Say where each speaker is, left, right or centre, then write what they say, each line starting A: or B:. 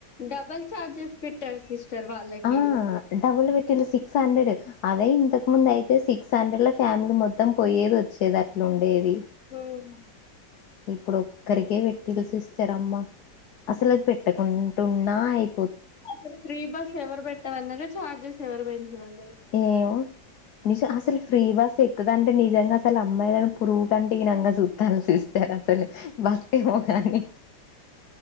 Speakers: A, on the left; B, on the left.
A: డబల్ చార్జెస్ పెట్టారు సిస్టర్ వాళ్ళకి
B: ఆ డబుల్ సిక్స్ హండ్రెడ్ అదే ఇంతకు ముందు అయితే సిక్స్ హండ్రెడ్ లో ఫ్యామిలీ మొత్తం పోయేది వచ్చేది అట్లు ఉండేది
A: ఉహ్ హు
B: ఇప్పుడు ఒక్కరికే పెట్టిలు సిస్టర్ అమ్మ అసలు అది పెట్టకుంటున్నా అయి
A: అసలు ఫ్రీ బస్ ఎవరు పెట్టమన్నారు ఛార్జెస్ ఎవరు పెంచమన్నారు
B: ఏమో నిజం అసలు ఫ్రీ బస్ ఎక్కదంటే నిజంగా అసలు అమ్మాయిని పురుగు కంటే హీనంగా చూస్తారు సిస్టర్ కదా అసలు బస్ ఏమో కానీ